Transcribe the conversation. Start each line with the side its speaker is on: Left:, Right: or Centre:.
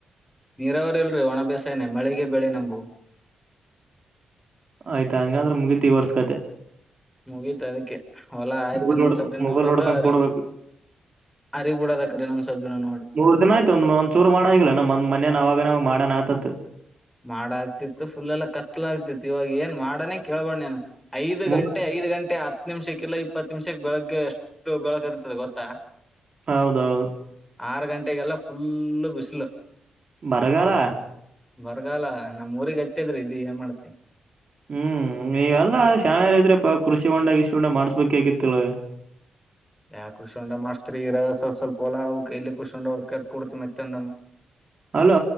Centre: ನೀರಾವರಿ ಇಲ್ರರಿ ಒಣ ಬೇಸ ನೆ ಮಳಿಗೆ ಬೆಳೆ ನಂಬು.
Right: ಆಯ್ತಾ ಹಂಗಂದ್ರೆ ಮುಗೀತಿ ವರ್ಸ್ ಕತೆ.
Centre: ಮುಗೀತ ಅದಕ್ಕೆ ಹೊಲಾ ಆಯ್ತು
Right: ಮುಗಲ್
Centre: ಇನ್ನೊಂದ್
Right: ಹೊಡ್ಕ
Centre: ಸ್ವಲ್ ದಿನ
Right: ಮುಗಲ್
Centre: ನೋಡೋದು
Right: ಹೊಡ್ಕೊಂಡ್
Centre: ಅರಿು.
Right: ಕೂಡ್ಬೇಕು
Centre: ಅರಿಗ್ ಬಿಡದ ಅಕಡಿ ಇನ್ನೋಂದ ಸ್ವಲ್ಪ ದಿನ ನೋಡಿ
Right: ಮೂರ್ ದಿನ ಆಯ್ತ ಒಂದ್ ಒಂದ್ ಚೂರು ಮಾಡ ಆಗಿಲ್ಲ ನಮ್ಮ್ ಮನೇನ ಅವಾಗ ಮಾಡನ ಆತಿತ್
Centre: ಮಾಡ ಆಗ್ತಿತ್ತು ಫುಲೆಲ್ಲ ಕತ್ಲ ಆಗ್ತಿತ್ತು ಇವಾಗ ಏನ್ ಮಾಡನೇ ಕೇಳ್ಬೇಡ ನೀನ್ ಐದ
Right: ಮೂರ್
Centre: ಗಂಟೆ ಐದ ಗಂಟೆ ಹ ಹತ್ತ್ ನಿಮಿಷಕ್ಕಿಲ್ಲ ಇಪ್ಪತ್ ನಿಮಿಷಕ್ಕ ಬೆಳಗ್ಗೆ ಎಷ್ಟು ಬೆಳಗ್ಗೆ ಇರ್ತ್ತೆದ ಗೊತ್ತಾ
Right: ಹೌದೌದು
Centre: ಆರ ಗಂಟೆಗೆಲ್ಲ ಫುಲ್ಲ್ ಬಿಸಲ್
Right: ಬರಗಾಲ
Centre: ಬರ್ಗಲ್ಲ ನಮ್ಮ್ ಊರಿಗ ಹತ್ತೆದ್ರಿ ಇದಿ ಏನ್ ಮಾಡ್ತಿ
Right: ಹ್ಮ್ ನೀವೆಲ್ಲಾ ಶಾಣ್ಯರದರಿಪ್ ಇದ್ರೆಪ ಕೃಷಿ ಹೊಂಡ ಗಿಸಿ ಹೊಂಡಾ ಮಾಡ್ಸ್ಬೇಕ ಆಗಿತ್ತಿಲ್ಲ್
Centre: ಯಾ ಕೃರ್ಷಿಹೊಂಡ್ ಮಾಡಸ್ತ್ರಿ ಇರದ ಸ್ವಲ್ ಸ್ವಲ್ಪ ಹೊಲಾ ಅವ್ಕ್ ಎಲ್ಲಿ ಕೃಷಿ ಹೊಂಡ ಹೊರ್ಕದ ಕೊಡ್ತತಿ ಮತ್ತಂದೊಮ್ಮ್ <inaudible>
Right: ಅಲೋ